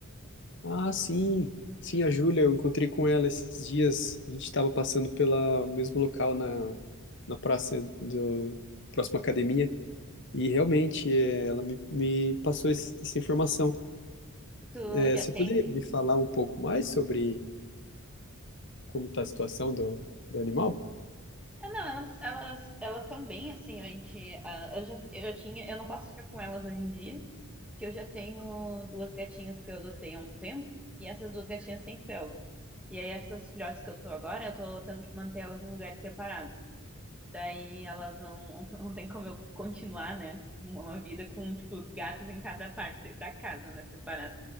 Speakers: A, on the left; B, in the centre.
A: Ah, sim. Sim, a Júlia, eu encontrei com ela esses dias. A gente estava passando pelo mesmo local na, na praça do próxima academia. E realmente, é, ela me, me passou es- essa informação.
B: E tu
A: É,
B: já
A: você
B: tem?
A: poderia me falar um pouco mais sobre como está a situação do, do animal?
B: Ah, não, elas elas elas estão bem assim, a gente, ah, eu já eu já tinha, eu não posso ficar com elas hoje em dia, que eu já tenho duas gatinhas que eu adotei há um tempo, e essas duas gatinhas têm felve. E aí essas filhotes que eu tô agora, eu tô tendo que manter elas em lugares separados. Daí elas não, <laughs> não tem como eu continuar, né? Uma vida com, tipo, gatos em cada parte da casa, né? Separado.